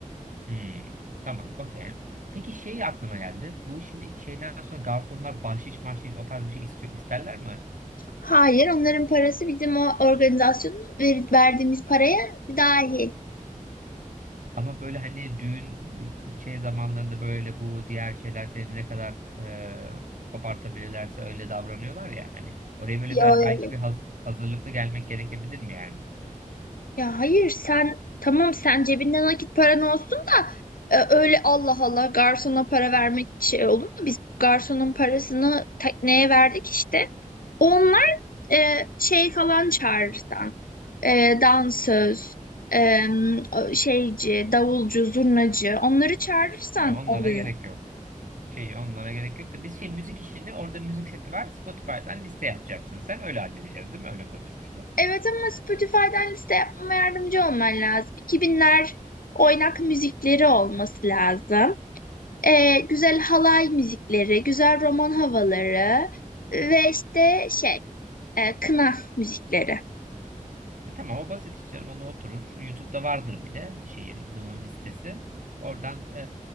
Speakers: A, on the right; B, on the left.
A: Hmm, tamam, okey. Peki şey aklıma geldi. Bu şimdi şeyden sonra garsonlar bahşiş mahşiş o tarz bir şey istiyor, isterler mi?
B: Hayır, onların parası bizim o organizasyonun ver- verdiğimiz paraya dahil.
A: Ama böyle hani düğün bir şey zamanlarında böyle bu diğer şeyler seni ne kadar e, kopartabilirlerse öyle davranıyorlar ya. Hani oraya böyle
B: Yo,
A: bir, belki
B: yo,
A: bir haz- hazırlıklı gelmek gerekebilir mi yani?
B: Ya hayır sen tamam sen cebinde nakit paran olsun da e, öyle Allah Allah garsona para vermek şey olur mu? Biz garsonun parasını tekneye verdik işte. Onlar e, şey falan çağırırsan e, dansöz, e, şeyci, davulcu, zurnacı onları çağırırsan
A: E, onlara
B: Oluyor.
A: gerek yok. Şey onlara gerek yok da biz şey müzik işini orada müzik seti var Spotify'dan liste yapacaksın sen öyle halledeceğiz değil mi? Öyle konuşmuştuk.
B: Evet ama Spotify'dan liste yapmama yardımcı olman lazım. iki Binler oynak müzikleri olması lazım. Ee, güzel halay müzikleri, güzel roman havaları e, ve işte şey, e, kına müzikleri.
A: E tamam o basit hiç canım ona oturur. YouTube'da vardır bile şeyin bunun listesi. Oradan e,